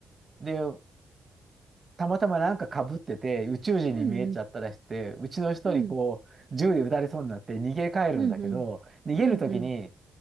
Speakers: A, on the right (about 35°); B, on the right (about 55°).
A: で、たまたまなんかかぶってて、宇宙人に見えちゃったらして、
B: うんうん。
A: うちの人にこう、
B: うん。
A: 銃で撃たれそうになって逃げ帰るんだけど、
B: うんうん。
A: 逃げるときに、
B: うんうん。